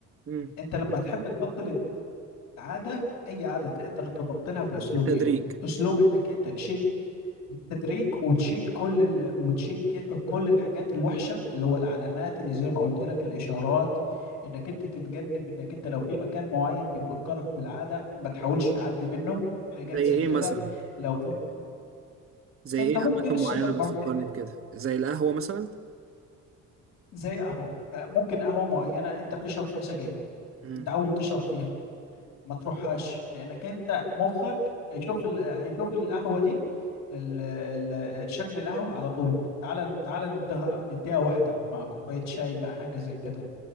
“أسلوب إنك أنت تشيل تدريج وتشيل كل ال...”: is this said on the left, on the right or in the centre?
Left